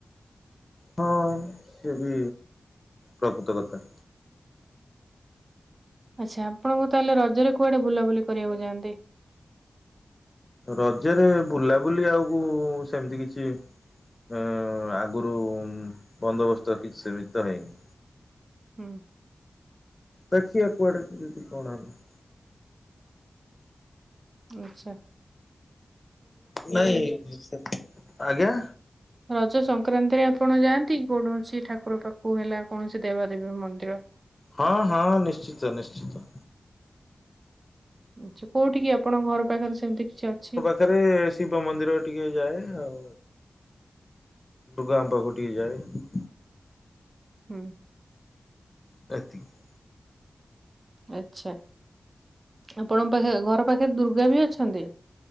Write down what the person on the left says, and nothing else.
ହଁ ସିଏ ବି ପ୍ରକୃତ କଥା
ରଜରେ ବୁଲାବୁଲି ଆଉ ସେମିତି କିଛି ହଁ ଆଗରୁ ବନ୍ଦୋବସ୍ତ କିଛି ସେମିତ ତ ହେଇନି।
ଦେଖିଆ କୁଆଡେ କେମିତି କଣ ହେବ
ନାଇଁ ଆଜ୍ଞା
ହଁ ହଁ ନିଶ୍ଚିତ ନିଶ୍ଚିତ
ସାରେ ଶିବ ମନ୍ଦିର ଟିକେ ଯାଏ ଆଉ ଦୁର୍ଗା ମା ପାଖକୁ ଟିକେ ଯାଏ
ଏତିକି